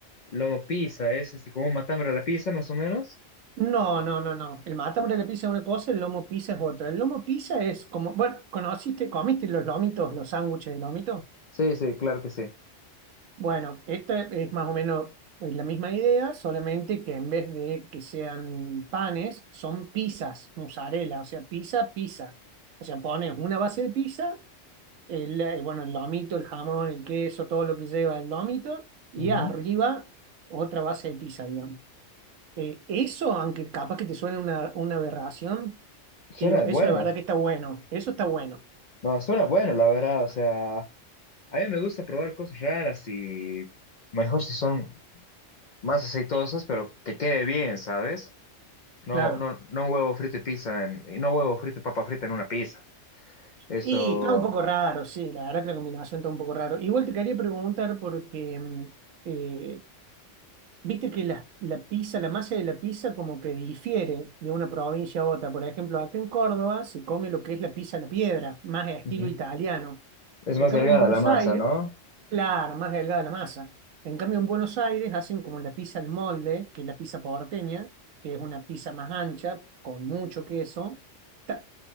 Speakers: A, on the left; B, on the right.
A: Lomo pizza, es este, como un matambre a la pizza, más o menos.
B: No, no, no, no. El matambre de la pizza es una cosa, el lomo pizza es otra. El lomo pizza es como, bueno, ¿conociste, comiste los lomitos, los sándwiches de lomito?
A: Sí, sí, claro que sí.
B: Bueno, esta es más o menos la misma idea, solamente que en vez de que sean panes, son pizzas, mozzarella, o sea, pizza, pizza. O sea, pones una base de pizza, el, eh, bueno, el lomito, el jamón, el queso, todo lo que lleva el lomito, y
A: Ujú.
B: arriba otra base de pizza, digamos. Eh, eso, aunque capaz que te suene una, una aberración,
A: Suena
B: te digo,
A: bueno.
B: eso la verdad que está bueno, eso está bueno,
A: No, suena bueno, la verdad. O sea, a mí me gusta probar cosas raras y mejor si son más aceitosas, pero que quede bien, ¿sabes? No,
B: claro.
A: no, no huevo frito y pizza, en- y no huevo frito y papa frita en una pizza. Eso
B: Y está un poco raro, sí, la verdad que la combinación está un poco raro. Igual te quería preguntar porque mm, eh, viste que la, la pizza, la masa de la pizza como que difiere de una provincia a otra. Por ejemplo, acá en Córdoba se come lo que es la pizza a la piedra, más de estilo
A: ujú.
B: italiano.
A: Es
B: En
A: más
B: cambio,
A: delgada
B: en Buenos
A: la masa,
B: Aires,
A: ¿no?
B: claro, más delgada la masa. En cambio, en Buenos Aires hacen como la pizza al molde, que es la pizza porteña, que es una pizza más ancha, con mucho queso. Ta-